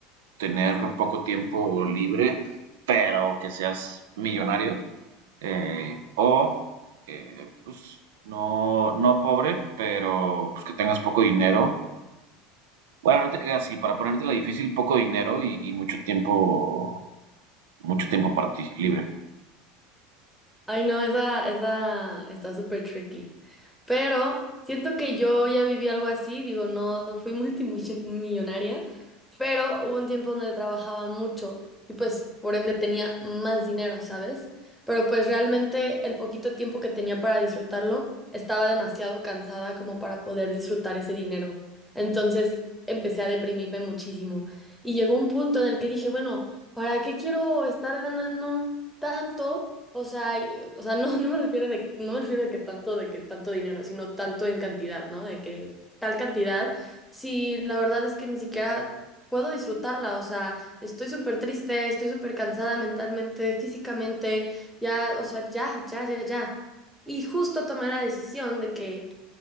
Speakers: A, on the right (about 80°); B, in the centre.
A: tener poco tiempo libre, pero que seas millonario eh, o eh, pues no, no pobre, pero pues que tengas poco dinero. Bueno, no te creas así, para ponértela difícil, poco dinero y, y mucho tiempo, mucho tiempo para ti, libre.
B: Ay, no, esa, esa está súper tricky. Pero siento que yo ya viví algo así, digo, no fui <laughs> multimillonaria, pero hubo un tiempo donde trabajaba mucho y pues por ende tenía más dinero, ¿sabes? Pero pues realmente el poquito tiempo que tenía para disfrutarlo, estaba demasiado cansada como para poder disfrutar ese dinero. Entonces empecé a deprimirme muchísimo y llegó un punto en el que dije, bueno, ¿para qué quiero estar ganando? tanto, o sea, y- o sea, no, <laughs> no me refiero de, no me refiero de que tanto, de que tanto dinero, sino tanto en cantidad, ¿no? De que tal cantidad, si la verdad es que ni siquiera puedo disfrutarla, o sea, estoy súper triste, estoy súper cansada mentalmente, físicamente, ya, o sea, ya, ya, ya, ya. Y justo tomé la decisión de que